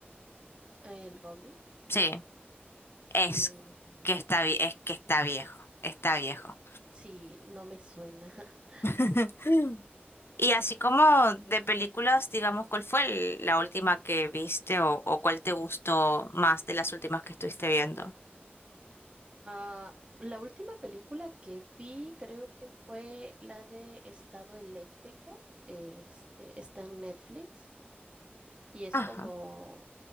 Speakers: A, on the right (about 25°); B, on the left (about 75°).
A: el Goblin.
B: Sí, es
A: mm,
B: que está, vi- es que está viejo, está viejo.
A: sí, no me suena. <laughs>
B: <laughs> Y así como de películas, digamos, ¿cuál fue el- la última que viste o, o cuál te gustó más de las últimas que estuviste viendo?
A: Ah, la última película que vi creo que fue la de Estado Eléctrico. Este, está en Netflix. y es
B: Ajá,
A: como,